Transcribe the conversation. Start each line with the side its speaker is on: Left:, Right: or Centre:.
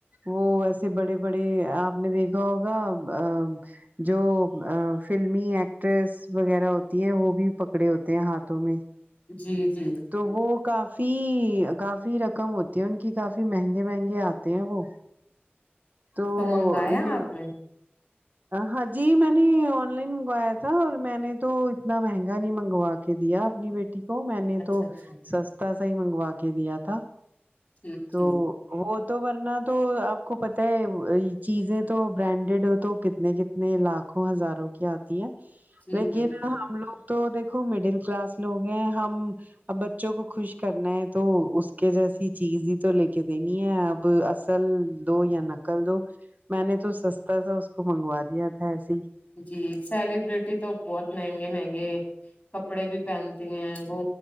Right: وہ ایسے بڑے بڑے آپ نے دیکھا ہوگا ا جو فلمی ایکٹریس وغیرہ ہوتی ہیں وہ بھی پکڑے ہوتے ہیں ہاتھوں میں
Left: جی جی
Right: تو وہ کافی کافی رقم ہوتی ہے ان کی کافی مہنگے مہنگے آتے ہیں وہ تو
Left: منگوایا
Right: یہ
Left: آپ نے
Right: ہاں جی میں نے آن لائن منگوایا تھا اور میں نے تو اتنا مہنگا نہیں منگوا کے دیا اپنی بیٹی کو میں نے
Left: اچھا
Right: تو
Left: اچھا
Right: سستا سا ہی منگوا کے دیا تھا
Left: ٹھیک ٹھیک
Right: تو وہ تو ورنہ تو آپ کو پتہ ہے چیزیں تو برانڈیڈ ہو تو کتنے کتنے لاکھوں ہزاروں کی آتی ہے
Left: جی
Right: لیکن
Left: بالکل
Right: ہم لوگ تو دیکھو مڈل کلاس لوگ ہیں ہم اب بچوں کو خوش کرنا ہے تو اس کے جیسی چیز ہی تو لے کے دینی ہے اب اصل دو یا نکل دو میں نے تو سستا سا اس کو منگوا دیا تھا ایسے ہی
Left: جی سیلیبرٹی تو بہت مہنگے مہنگے کپڑے بھی پہن تے ہیں وہ